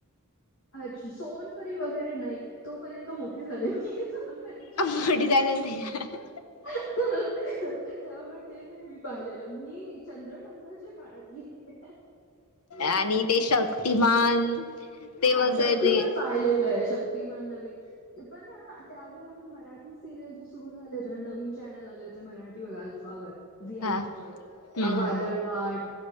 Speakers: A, on the left; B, on the left.
A: अच्छा सोनपरी वगैरे नाही तोपर्यंत मोठी झालेली सोनपरी. श
B: मोठी
A: का
B: झाली होती
A: <inaudible> त्यामुळे ते नाही मी पाहिलेलं मी चंद्रकांतच्या काळातली हाय.
B: आणि ते शक्तिमान. ते
A: हा
B: वगैरे
A: शक्तिमान पाहिलेलं आहे शक्तिमान नवीन पण त्यावेळी आम्ही मराठी. सिनियर जी सुरू झाले होते ना नवीन चॅनल आले होते मराठी व अल्फावर. जी
B: हा
A: अल्फावर.
B: हम्म
A: वाट
B: हम्म